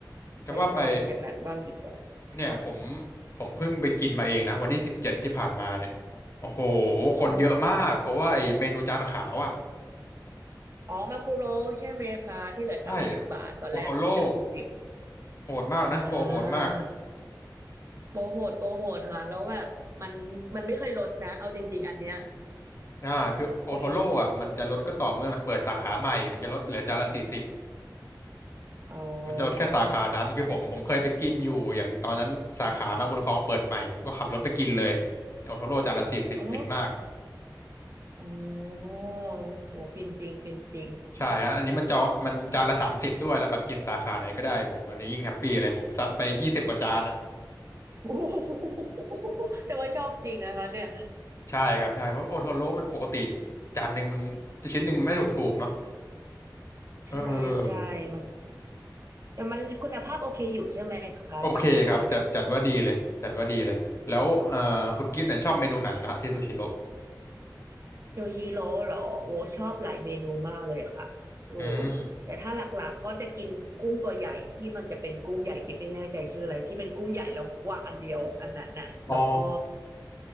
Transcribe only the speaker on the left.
จะว่าไป
เนี่ยผมผมเพิ่งไปกินมาเองนะวันที่สิบเจ็ดที่ผ่านมาเนี่ยโอ้โห
คนเยอะมากเพราะว่าไอเมนูจานขาวอ่ะ
ใช่โอโทโร่โหดมากนะโปรโหดมาก
อ่าคือโอโทโร่อ่ะมันจะลดก็ต่อเมื่อมันเปิดสาขาใหม่มันจะลดเหลือจานละสี่สิบ
มันจะลดแค่สาขานั้นคือผมผมเคยไปกินอยู่อย่างตอนนั้นสาขามาบุญครองเปิดใหม่ผมก็ขับรถไปกินเลยโอโทโร่จานละสี่สิบฟินมาก
ใช่ฮะอันนี้มันจอมันจานละสามสิบด้วยแล้วแบบกินสาขาไหนก็ได้โหอันนี้ยิ่งแฮปปี้เลยผมซัดไปยี่สิบกว่าจานอ่ะ
ใช่ครับใช่เพราะโอโทโร่มันปกติจานหนึ่งมันชิ้นหนึ่งมันไม่ถูกถูกเนาะ
เออ
โอเคครับจัดจัดว่าดีเลยจัดว่าดีเลยแล้วเอ่อคุณกิฟต์เนี่ยชอบเมนูไหนล่ะฮะที่ซูชิโร่
อืม
อ๋อ